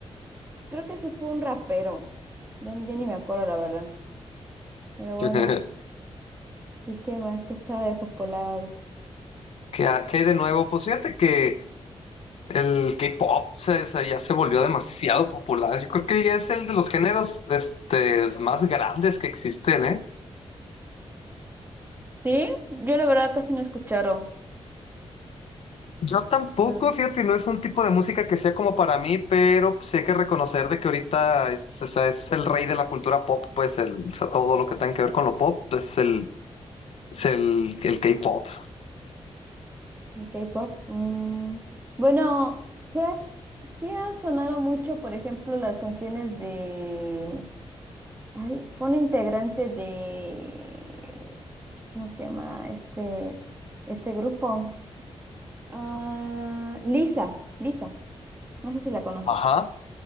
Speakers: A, on the right; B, on the left.
A: Creo que sí fue un rapero. Ya, ya ni me acuerdo, la verdad. Pero bueno,
B: Le-
A: ¿y qué más que está de popular ahorita?
B: ¿Qué, ha- qué hay de nuevo? Pues fíjate que el K-pop se- se- ya se volvió demasiado popular. Yo creo que ya es el de los géneros este, más grandes que existen, ¿eh?
A: Sí, yo la verdad casi no escucharon
B: Yo tampoco,
A: el
B: fíjate, no es un tipo de música que sea como para mí, pero pues, sí hay que reconocer de que ahorita es, o sea, es el rey de la cultura pop, pues el, o sea, todo lo que tenga que ver con lo pop, pues el, es el, el K-pop.
A: K-pop. Mm, bueno, sí, has- sí ha sonado mucho, por ejemplo, las canciones de... Ay, fue un integrante de... ¿Cómo se llama este, este grupo? Ah, Lisa, Lisa. No sé si la conoces.
B: Ajá.